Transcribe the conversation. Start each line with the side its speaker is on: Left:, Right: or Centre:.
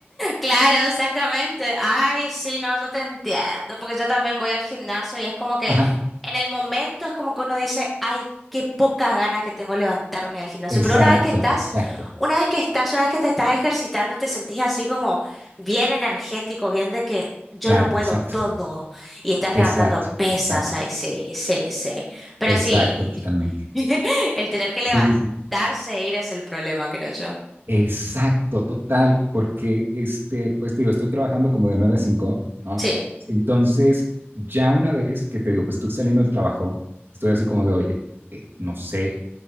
Centre: Claro, exactamente. Ay, sí, no, yo te entiendo, porque yo también voy al gimnasio y es como que
Right: ajá,
Centre: en el momento es como que uno dice, ay, qué pocas ganas que tengo de levantarme al gimnasio.
Right: exacto,
Centre: Pero una vez que estás,
Right: exacto,
Centre: una vez que estás, una vez que te estás ejercitando, te sentís así como bien energético, bien de que yo
Right: claro,
Centre: lo puedo
Right: exacto,
Centre: todo y estás
Right: exacto,
Centre: levantando pesas,
Right: exacto,
Centre: ay, sí, sí, sí. Pero
Right: exacto,
Centre: sí.
Right: totalmente.
Centre: <laughs> El tener que
Right: Sí,
Centre: levantarse
Right: sí, sí.
Centre: e ir es el problema, creo yo.
Right: Exacto, total, porque este, pues te digo, estoy trabajando como de 9 a 5, ¿no?
Centre: Sí.
Right: Entonces, ya una vez que te digo, pues estoy saliendo del trabajo, estoy así como de, oye, eh, no sé